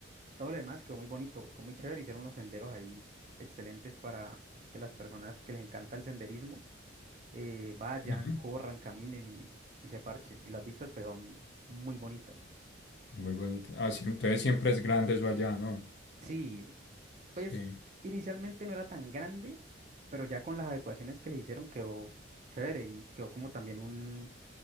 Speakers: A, on the right; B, on the left.
A: todo lo demás quedó muy bonito, quedó muy chévere. Hicieron unos senderos ahí excelentes para que las personas que les encanta el senderismo eh, vayan,
B: Ujú.
A: corran, caminen y, y se parchen. Y las vistas pues son muy bonitas.
B: Muy bonito. Ah, sí, entonces siempre es grande eso allá, ¿no?
A: Sí, pues
B: Sí.
A: inicialmente no era tan grande, pero ya con las adecuaciones que le hicieron quedó chévere y quedó como también un,